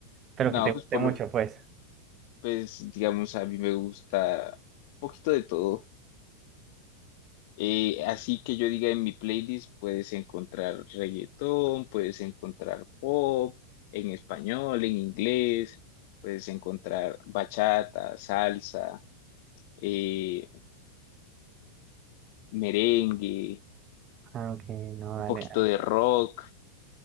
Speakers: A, on the right; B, on the left.
A: pero
B: No,
A: que te guste
B: pues por
A: mucho,
B: lo,
A: pues.
B: pues digamos, a mí me gusta un poquito de todo. Eh, así que yo diga en mi playlist puedes encontrar reggaetón, puedes encontrar pop en español, en inglés, puedes encontrar bachata, salsa, eh, merengue,
A: Ah, ok, no, dale.
B: un poquito de rock,